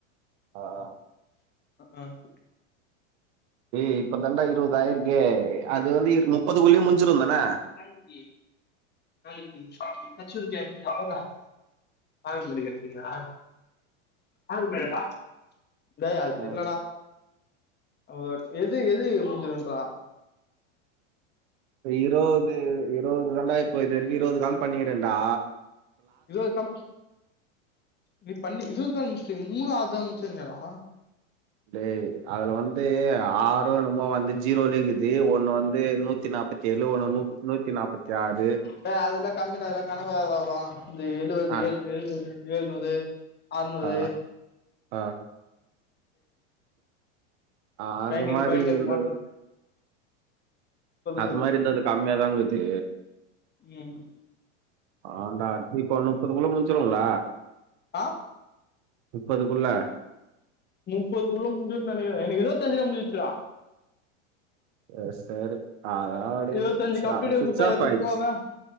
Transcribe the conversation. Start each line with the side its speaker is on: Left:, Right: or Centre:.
Right: ஆஹ
Left: ம் கு
Right: ஏய் இப்ப தாண்டா இருவது ஆயிருக்கே அது வந்து முப்பதுக்குள்ளே முஞ்சிருந்தான
Left: நாளைக்கு நாளைக்கு கச்சூரி கேக்கிங் அப்பவா ஆன் பண்ணி கத்துக்கிறியா ஆன் பண்ணட்டா டேய் அது தெர்லடா
Right: ஆமா.
Left: ஓ எது எது முடிஞ்சிடுன்றா
Right: இரவது இரவது தாண்டா இப்போ இது வரைக்கும் இரவது கால் பண்ணிகிறண்டா
Left: இருவது கால் நீ பண்ணி இருவது கால் முஸ்டியா மூனாவதா முடிச்சனேடா
Right: டேய் அதுல வந்து ஆறோ என்னமோ வந்து ஜீரோலே இருக்குது ஒண்ணு வந்து நூத்தி நாப்பத் தெர்ல ஒண்ணு ஒண்ணு நூப் நூத்தி நாப்பத்தி ஆறு
Left: டே அதுல்லா கம்மிடா அதலா கணக்கு வராதா இந்த எழுவது
Right: ஆ,
Left: ஏழு எழுவது ஏழுநூரு ஆற்நூறு
Right: ஆ, ஆ. அது
Left: ட்ரைனிங்
Right: மாரி
Left: போய்ட்டு
Right: இருந்தது
Left: மோட்ட
Right: அது
Left: சொல்லு
Right: மாரி இருந்தா அது கம்மியாதாங்கிது
Left: ம்
Right: ஆண்டா இப்போ நுப்பது போல முடிச்சிருவோ இல்ல
Left: ஆ
Right: நுப்பதுக்குள்ள
Left: முப்பது குள்ள முடிஞ்சிரும் நெனக்கிறேன் எனக்கு இருவத்தஞ்சிலே முடிஞ்சிருச்சிடா
Right: செர் செரி ஆதாடு
Left: இருபத்தஞ்சு
Right: ஸ்ரா
Left: கம்ப்யூட்டர்
Right: சுவிட்ச்
Left: குத்தா
Right: ஆப்
Left: எடுத்து
Right: ஆயிடுச்சி
Left: போவேன்